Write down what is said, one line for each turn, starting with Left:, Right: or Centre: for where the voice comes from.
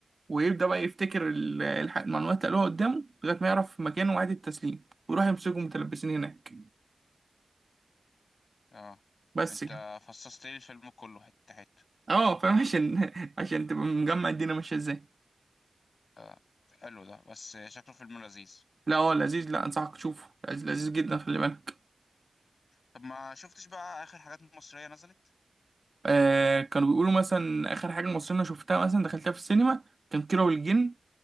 Right: ويبدأ بقى يفتكر ال- الح- المعلومات اللي قالوها قدامه لغاية ما يعرف مكانه وعيد التسليم ويروح يمسكهم متلبسين هناك
Left: اه
Right: بس
Left: انت
Right: كده
Left: فصصت لي الفيلم كله حتة حتة
Right: اه فاهم عشان <laughs> عشان تبقى مجمع الدنيا ماشية ازاي
Left: اه حلو ده بس شكله فيلم لذيذ
Right: لا هو لذيذ لا انصحك تشوفه لذيذ لذيذ جدا خلي بالك
Left: طب ما شفتش بقى اخر حاجات مصرية نزلت
Right: آه كانوا بيقولوا مثلا اخر حاجة مصرية أنا شفتها مثلا دخلتها في السينما كان كيرة والجن